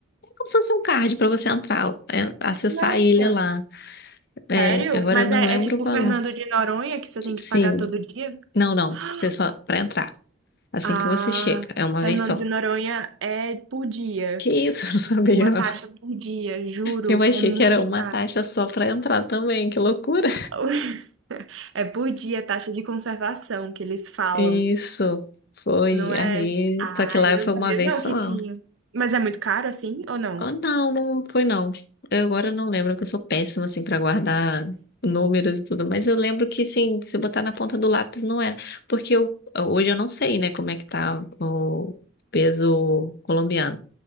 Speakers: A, on the left; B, on the right.
A: como se fosse um card para você entrar, é, acessar
B: Nossa,
A: a ilha lá.
B: sério?
A: É, agora
B: Mas
A: eu não
B: é,
A: lembro
B: é tipo
A: o valor.
B: Fernando de Noronha que você tem que
A: Sim,
B: pagar todo dia?
A: não, não,
B: <gasps>
A: você só para entrar, assim
B: Ah,
A: que você chega, é uma
B: Fernando
A: vez só.
B: de Noronha é por dia.
A: Que isso, <laughs> eu não sabia,
B: É uma
A: não.
B: taxa por dia, juro.
A: Eu achei
B: É muito
A: que era uma
B: caro.
A: taxa só para entrar também, que loucura.
B: <laughs> É por dia, taxa de conservação que eles falam,
A: Isso, foi.
B: não é?
A: Aí,
B: Ah,
A: só que lá
B: eu
A: eu fui
B: sabia
A: uma vez
B: não
A: só.
B: que tinha. Mas é muito caro assim ou não?
A: Ah, não, não foi não. Eu agora não lembro, porque eu sou péssima, assim, pra guardar números e tudo. Mas eu lembro que, sim, se botar na ponta do lápis não era. Porque eu, hoje eu não sei, né, como é que tá o peso colombiano.